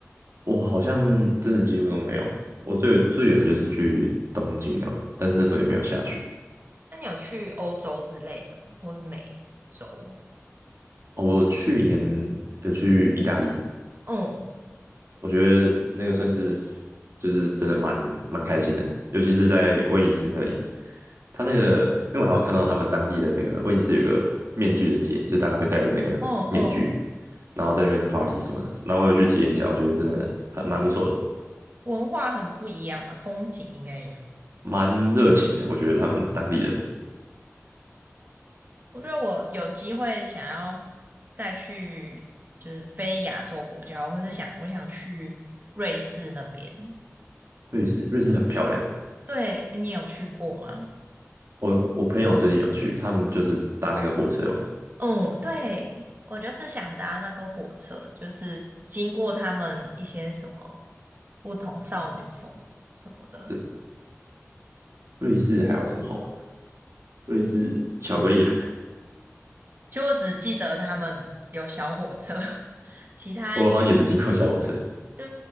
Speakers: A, on the right (about 60°); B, on the right (about 40°).
A: 我好像真的几乎都没有诶。我最最远的就是去东京了吧但是那时候也没有下雪。
B: 那你有去欧洲之类的吗？或是美洲？
A: 哦，我去年有去意大利，
B: 嗯
A: 我觉得那个算是就是真的蛮蛮开心的，尤其是在威尼斯那里。他那个，因为我还有看到他们当地的那个威尼斯有个面具的节，就大家会戴着那个面具，
B: 嗯嗯，
A: 然后在那边 party 什么的。那我有去体验一下，我觉得真的还蛮不错的，
B: 文化很不一样吧，风景应该也很。
A: 蛮热情的。我觉得他们当地人，
B: 我觉得我有机会想要再去，就是非亚洲国家，或是想我想去瑞士那边。
A: 瑞士瑞士很漂亮。
B: 对，你有去过吗？
A: 我我朋友最近有去，他们就是搭那个火车嘛，
B: 嗯，对，我就是想搭那个火车，就是经过他们一些什么不同少女峰什么的。
A: 什么对，瑞士还有什么好玩的？瑞士巧克力，
B: 其实我只记得他们有小火车，<laughs> 其他应该。
A: <laughs> 我好像也只听过小火车。
B: 就